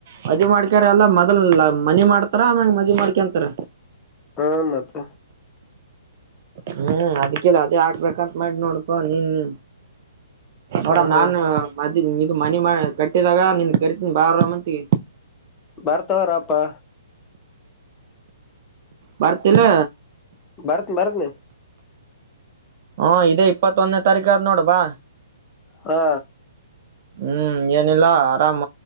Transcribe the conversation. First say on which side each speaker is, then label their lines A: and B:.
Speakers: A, on the right; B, on the left.
A: ಮದ್ವಿ ಮಾಡಕ ಕಿರ್ಯ ಎಲ್ಲಾ ಮೊದಲ್ ಮನಿ ಮಾಡ್ತಾರ ಆಮ್ಯಲ ಮದಿ ಮಾಡ್ಕೊಂತರ.
B: ಹಾ ಮತ್ತ.
A: ಹ್ಮ್ ಅದ್ಕೆ ಇಲ್ಲಿ ಅದೇ ಹಾಕ್ಬೇಕಂತ ಮಾಡಿನ್ ನೋಡ್ಪಾ ಹ್ಮ. ನೋಡಂ
B: ಹ್ಮ್ ಹ್ಮ್
A: ನಾನು ಮದ್ ಇದು ಮನೀ ಮ ಕಟ್ಟಿದಾಗ ನಿನ್ ಕರಿತೀನ ಬಾರಲ ಮತಿ
B: ಬರ್ತವಾರಪ್ಪ
A: ಬರ್ತಿಲ್ಲ.
B: ಬರ್ತ್ ಬರ್ತ್ನೆ.
A: ಹಾ ಇದೇ ಇಪ್ಪತ್ತೊಂದನೇ ತಾರೀಕ ಆದ ನೋಡ ಬಾ.
B: ಹಾ
A: ಹ್ಮ್ ಏನಿಲ್ಲ ಆರಾಮ